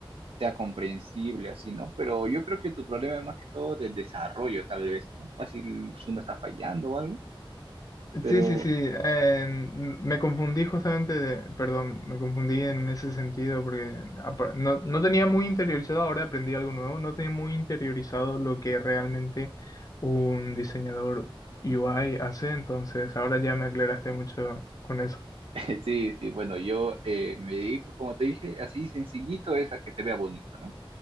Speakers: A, on the right; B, on the left.
A: sea comprensible, así, ¿no? Pero yo creo que tu problema es más que todo de desarrollo, tal vez, ¿no? Fácil Zoom está fallando o algo, pero...
B: Sí, sí, sí. eh, n- me confundí justamente de, perdón, me confundí en ese sentido porque apar- no, no tenía muy interiorizado, ahora aprendí algo nuevo, no tenía muy interiorizado lo que realmente un diseñador UI hace, entonces ahora ya me aclaraste mucho con eso.
A: <laughs> Sí, sí, bueno, yo eh, me dedico, como te dije, así sencillito es a que se vea bonito, ¿no?